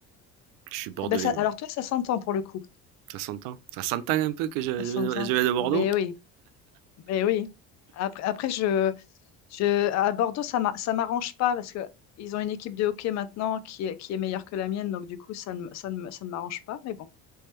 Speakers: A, on the right; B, on the left.
A: Je suis bordelais,
B: Ah, bah ça-
A: moi.
B: alors, toi, ça s'entend pour le coup.
A: Ça s'entend. Ça s'entend un peu que je, je
B: Ça s'entend.
A: viens de, je viens de Bordeaux.
B: Mais oui. Mais oui. Après, après je, je, à Bordeaux, ça m'a- ça m'arrange pas parce que ils ont une équipe de hockey maintenant qui est, qui est meilleure que la mienne. Donc, du coup, ça ne, ça ne, ça ne m'arrange pas. Mais bon,